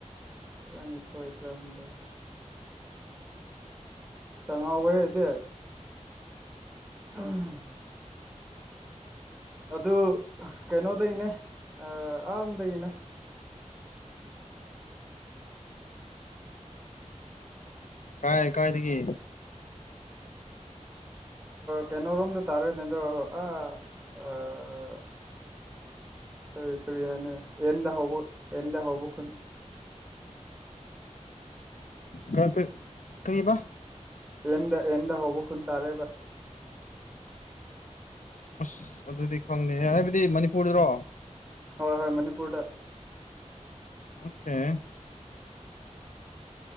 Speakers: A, on the right; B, on the left.
A: ꯇꯔꯥꯅꯤꯊꯣꯏ ꯇꯔꯥꯍꯨꯝꯗꯣꯏ ꯆꯥ ꯉꯥꯎꯋꯦ ꯑꯩꯗꯤ <unintelligible> ꯑꯗꯨ ꯀꯩꯅꯣꯗꯒꯤꯅꯦ ꯑꯥꯔꯣꯝꯗꯩꯅꯦ
B: ꯀꯥꯏ ꯀꯥꯏ ꯗꯒꯤ
A: ꯀꯩꯅꯣꯣꯔꯣꯝꯗ ꯇꯥꯔꯦꯅꯦ ꯑꯗꯣ ꯑꯥ ꯀꯔꯤ ꯀꯔꯤ ꯍꯥꯏꯅꯤ ꯑꯦꯟꯗ ꯍꯧꯕ ꯑꯦꯟꯗ ꯍꯧꯕ ꯈꯨꯟ
B: ꯀ ꯀ ꯀꯩꯕ
A: ꯑꯦꯟꯗ ꯑꯦꯟꯗ ꯍꯧꯕ ꯈꯨꯟ ꯇꯥꯔꯦꯕ
B: ꯑꯁ ꯑꯗꯨꯗꯤ ꯈꯪꯗꯦ ꯍꯥꯏꯕꯗꯤ ꯃꯅꯤꯄꯨꯔꯗꯔꯣ
A: ꯍꯣꯏ ꯍꯣꯏ ꯃꯅꯤꯄꯨꯔꯗ
B: <unintelligible>